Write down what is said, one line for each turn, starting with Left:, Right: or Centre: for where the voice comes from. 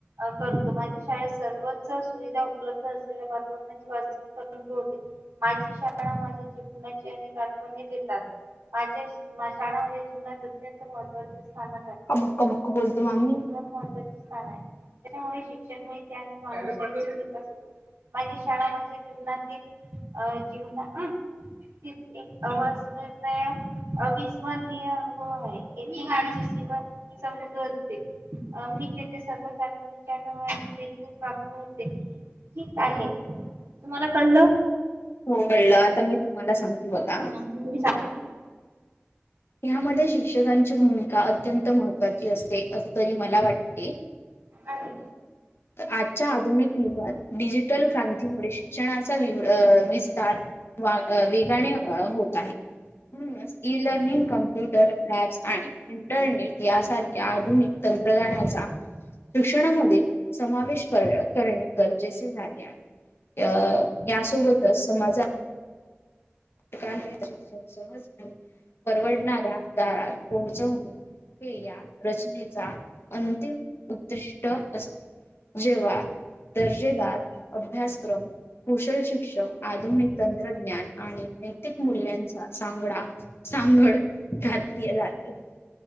Right: करतो माझे शाळेत सर्वच सुविधा उपलब्ध असलेल्या वातावरणाची वा माझी शाळा माझ्या जीवनाची अनेक आठवणी देतात माझ्या शाळा माझ्या जीवनात अत्यंत महत्त्वाचे स्थान
Left: अ बक्क बुक बोलतो म माम्ही
Right: महत्वाचे स्थान आहे त्याच्यामुळे शिक्षण आणि विकास होतो माझी शाळा माझ्या जीवनातील अ जीवना अं एक अवस् निणय अविस्मरणीय अनुभव आहे येथे मा जव सते मी तेथे सर्व नावाचे देखील पाप्प होते ठीक आहे तुम्हाला कळलं
Left: हो कळलं आता मी तुम्हाला सांगते बघा
Right: मी सांगतो.
Left: ह्यामध्ये शिक्षकांची भूमिका अत्यंत महत्त्वाची असते असं तरी मला वाटते.
Right: आणि
Left: आजच्या आधुनिक युगात डिजिटल क्रांतीमुळे शिक्षणाचा विस्तार वेगाने होत आहे स् लर्निंग कम्प्युटर लॅब्स आणि इंटरनेट यासारख्या आधुनिक तंत्रज्ञानाचा शिक्षणामध्ये समावेश कर करणे गरजेचे झाले आहे अ यासोबतच समाजा शिक्षण सहजपणे परवडणाऱ्या दारात पोहोचवणे हे या रचनेचा अंतिम उद्दिष्ट असते जेव्हा दर्जेदार अभ्यासक्रम कुशल शिक्षण आधुनिक तंत्रज्ञान आणि नैतिक मूल्यांचा सांगडा सांगड घातली जाते